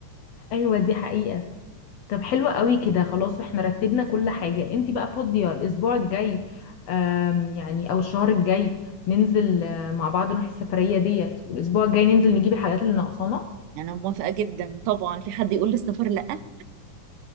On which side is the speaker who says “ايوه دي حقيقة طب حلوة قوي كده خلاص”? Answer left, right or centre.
Left